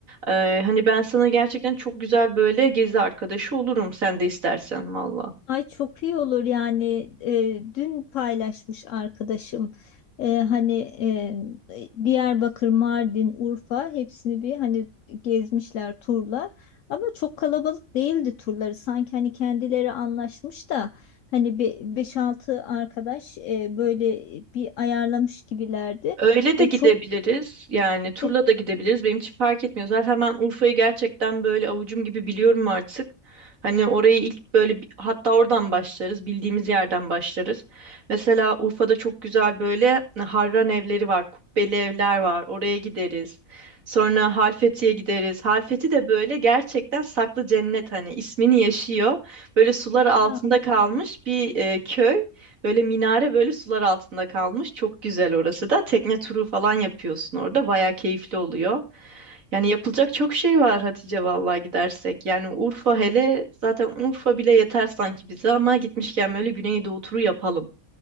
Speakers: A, on the right (about 80°); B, on the left (about 70°).
A: Ee, hani ben sana gerçekten çok güzel böyle gezi arkadaşı olurum sen de istersen valla.
B: Ay çok iyi olur yani Eee, dün paylaşmış arkadaşım Eee, hani eee, Diyarbakır, Mardin, Urfa hepsini bir hani gezmişler turla ama çok kalabalık değildi turları sanki hani kendileri anlaşmış da hani bir beş altı arkadaş eee, böyle bir ayarlamış gibilerdi
A: Öyle de
B: ya
A: gidebiliriz.
B: çok
A: Yani turla
B: e,
A: da gidebiliriz. Benim için fark etmiyor. Zaten ben Urfa'yı gerçekten böyle avucum gibi biliyorum artık. Hani orayı ilk böyle bi- hatta oradan başlarız. Bildiğimiz yerden başlarız. Mesela Urfa'da çok güzel böyle e, harran evleri var. Kubbeli evler var. Oraya gideriz. Sonra Halfeti'ye gideriz. Halfeti de böyle gerçekten saklı cennet hani ismini yaşıyor. Böyle sular altında
B: ya
A: kalmış bir e, köy. Böyle minare böyle sular altında kalmış. Çok güzel orası da. Tekne turu falan yapıyorsun orada. Bayağı keyifli oluyor. Yani yapılacak çok şey var Hatice vallahi gidersek. Yani Urfa hele zaten Urfa bile yeter sanki bize ama gitmişken böyle Güneydoğu turu yapalım.